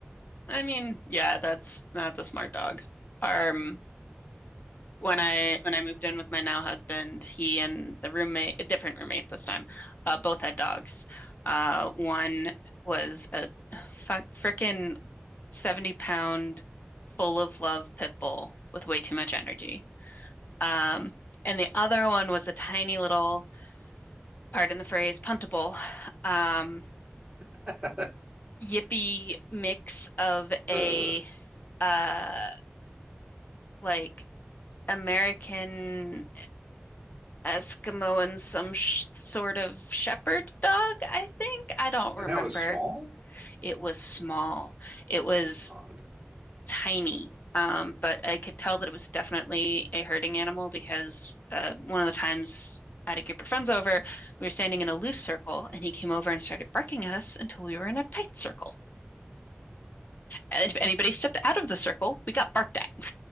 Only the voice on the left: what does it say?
I mean, yeah, that's that's a smart dog. Um, when I when I moved in with my now husband, he and the roommate, a different roommate this time, uh, both had dogs. Uh, one was a fuck frickin' 70 pound full of love pit bull with way too much energy. Um, and the other one was a tiny little, pardon the phrase, puntable, um,
yippy mix of a
uh like American Eskimo and some sh sort of shepherd dog, I think. I don't remember.
It was small. It was
tiny. Um, but I could tell that it was definitely a herding animal because uh, one of the times I had a group of friends over, we were standing in a loose circle, and he came over and started barking at us until we were in a tight circle. And if anybody stepped out of the circle, we got barked at.